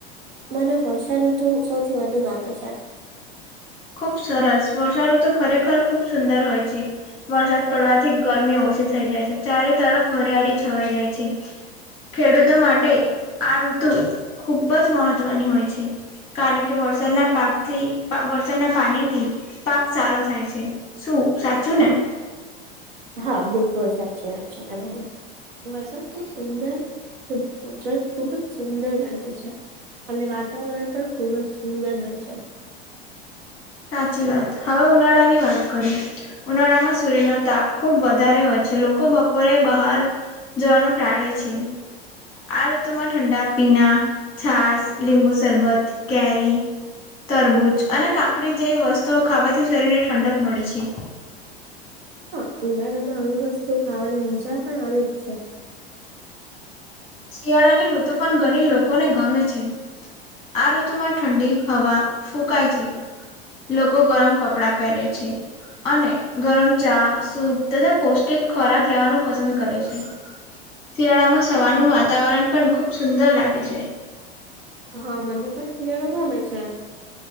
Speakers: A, on the right (about 70°); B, on the left (about 15°).
A: મને વર્ષા ઋતુ સૌથી વધુ ગમે છે
B: ખુબ સરસ વર્ષા ઋતુ તો ખરેખર ખુબ સુંદર હોય છે વરસાદ પડવાથી ગરમી ઓછી થઇ જાય છે ચારે તરફ હરિયાળી છવાઈ જાય છે ખેડૂતો માટે આ ઋતુ ખુબ જ મહત્વની હોય છે કારણ કે વરસાદના પાકથી વરસાદ ના પાણી થી પાક સારો થાય છે શું સાચું ને
A: હા બિલકુલ સાચી વાત છે તમારી વરસાદ તો સુંદર કુદરત ખુબ જ સુંદર લાગે છે અને વાતાવરણ પણ ખુબ જ સુંદર હોય છે
B: સાચી વાત હવે ઉનાળા ની વાત કરીએ ઉનાળામાં સૂર્યનો તાપ ખુબ વધારે હોય છે લોકો બપોરે બહાર જવાનું ટાળે છે આ ઋતુ માં ઠંડા પીણા છાસ લીંબુ શરબત કેરી તરબૂજ અને કાકડી જેવી વસ્તુઓ ખાવાથી શરીર ને ઠંડક મળે છે
A: હા ઉનાળા માં આવી વસ્તુ ખાવાની મજા પણ આવે જ છે
B: શિયાળાની ઋતુ પણ ઘણી લોકોને ગમે છે આ ઋતુમાં ઠંડી હવા ફૂકાય છે લોકો ગરમ કપડા પહેરે છે અને ગરમ ચા સૂપ તથા પૌષ્ટિક ખોરાક લેવાનું પસંદ કરે છે શિયાળામાં સવારનું
A: હા
B: વાતાવરણ પણ ખુબ સુંદર લાગે છે
A: હા મને પણ શિયાળો ગમે છે